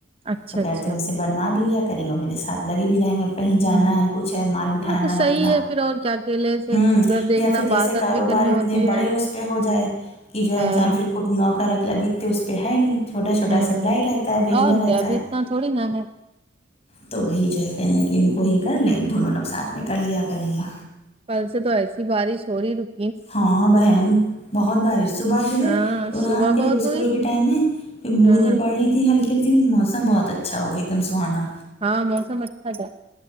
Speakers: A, on the right; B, on the left.
A: اچھا
B: تو کرتے
A: اچھا
B: ہیں ان سے بنوا بھی لیا کریں گے اور میرے ساتھ لگے بھی رہیں گے کہیں جانا
A: ہ
B: ہے کچھ ہے مال اٹھانا
A: ہاں تو صحیح
B: رکھنا
A: ہے پھر اور کیا اکیلے سے
B: ہوں
A: ادھر دیکھنا
B: یا پھر
A: بات
B: جیسے
A: آت
B: کاروبار
A: بھی کرنی
B: اتنے
A: ہوتی
B: بڑے
A: ہے
B: اس پہ ہو جائے کہ جوہے
A: ہاں
B: انسان پھر خود نوکر رکھلے ابھی تو اس پہ ہے نہیں چھوٹا چھوٹا
A: ہوں
B: سپلائی رہتا ہے بھیجنا
A: اور
B: رہتا
A: کیا ابھی
B: ہے
A: اتنا تھوڑی نا ہے
B: تو وہی جو ہے کہہ لیں کہ ان کو ہی کر لیں دونوں لوگ ساتھ میں کر لیا کریں گا
A: کل سے تو ایسی بارش ہو رہی ہے
B: ہاں بہن بہت بارش صبح جو ہے
A: ہاں
B: ارحان
A: صبح
B: کے جب
A: بہت
B: اسکول
A: ہوئی
B: کے ٹائم ہے پھر بوندیں
A: ہاں
B: پڑ لی تھی ہلکی ہلکی سی موسم بہت اچھا ہوگیا ایک دم سہانا
A: ہاں موسم اچھا تھا